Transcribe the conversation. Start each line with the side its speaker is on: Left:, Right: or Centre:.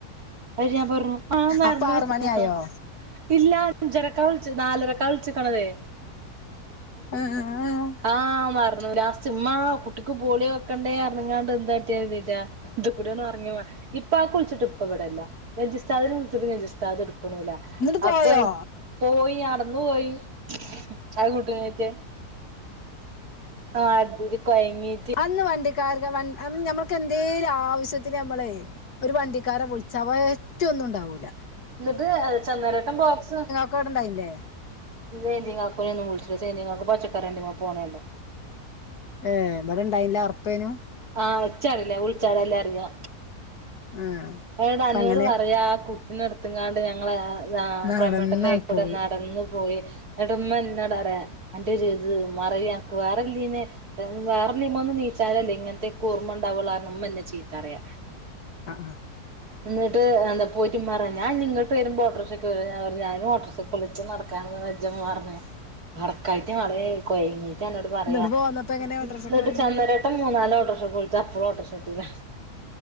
Right: അപ്പ ഞാൻ പർഞ്ഞു ആന്ന്
Left: അപ്പൊ ആറ്
Right: പർഞ്ഞു
Left: മണിയായോ
Right: ഇല്ല അഞ്ചരക്ക വിൾച്ച് നാലരക്ക വിൾച്ച്ക്കണതേ
Left: ഉം
Right: ആ മർന്നു ലാസ്റ്റ് ഇമ്മാ കുട്ടിക്ക് പോളിയോ വെക്കണ്ടേർഞ്ങ്ങാണ്ട് എന്താട്ടിര്തീറ്റാ ഇത് കൂടെ ഒർങ്ങി ഇപ്പ പ്പ വിൾച്ച്ട്ട് ഇപ്പ ഇവിടല്ല നെജുസ്ഥാദ്നെ വിൾച്ച്ട്ട് നെജുസ്ഥാദ് ട്ക്ക്ണുല്ല
Left: എന്നിട്ട്
Right: അപ്പൊ
Left: പോയോ
Right: പോയി നടന്നു പോയി ആ കുട്ട്നേറ്റ് ആ അതില് കൊയങ്ങീറ്റ്
Left: അന്ന് വണ്ടിക്കാര്ക്ക് വൺ അന്ന് ഞമ്മക്കെന്തേലും ആവശ്യത്തിന് ഞമ്മളെ ഒരു വണ്ടിക്കാരെ വിൾ ചവ ഒറ്റൊന്നും ണ്ടാവൂല
Right: ന്ന്ട്ട് ചെന്നേരട്ടം ബോക്സ്
Left: ക്കോടണ്ടായിന്ന്ല്ലേ
Right: സേന്ജങ്ങാക്കോന ഒന്ന് വിളിച്ചില്ല സേന്ങ്ങക്കക്ക് പച്ചക്കറണ്ടിമ്മ പോണേല്ലോ
Left: ഏ ഇവിടെണ്ടായിന്നില്ല ഒർപ്പേനു
Right: ആ ഇച്ചറില്ല വിളിച്ചാലല്ലെ അറിയാ
Left: ആ
Right: എവടെ
Left: അപ്പ
Right: അന്നോട്
Left: അങ്ങനെ
Right: പറയാ ആ കുട്ടിനെട്ത്ത്ങ്ങാണ്ട് ഞങ്ങള് ആ
Left: നടന്നാണ്
Right: പ്രേമേട്ടന്റയ് വടെ
Left: പോയി
Right: നടന്ന് പോയി ന്ന്ട്ട് മ്മന്നോട് പറയാ അന്റൊര്ത് മറവി അൻക്ക് വേറെല്ലേന് വേറെനിമ ഒന്നും നീച്ചാലല്ലേ ഇങ്ങനത്തെക്ക് ഓർമ്മ ഉണ്ടാവുള്ളറഞ് ഉമ്മന്നെ ചീത്തറിയ.
Left: ആ, ആ
Right: എന്നിട്ട് എന്താ പോയിറ്റ് ഉമ്മറഞ്ഞ് ഞാ ഇന്നി ഇങ്ങട്ട് വരുമ്പോട്ടോർഷെ കേറി ഞാ പറഞ് ഞാനും ഓട്ടെർഷേ കെ പൊളിച്ചു നടക്കാനന്ന് വജംമ്മറഞ്ഞ് നടക്കായിട്ട് <unintelligible> കൊയങ്ങീട്ട് എന്നോട് പറയാ
Left: ഇന്നോട് പോന്നപ്പോ എങ്ങനെ ഓട്ടോറിക്ഷക്ക്
Right: എന്നിട്ട്
Left: വന്നത്
Right: ചന്തരേട്ടം മൂന്നാല് ഓട്ടോർഷോപ്പ് വിളിച്ചപ്പോഴും ഓട്ടോർഷട്ടില്ല.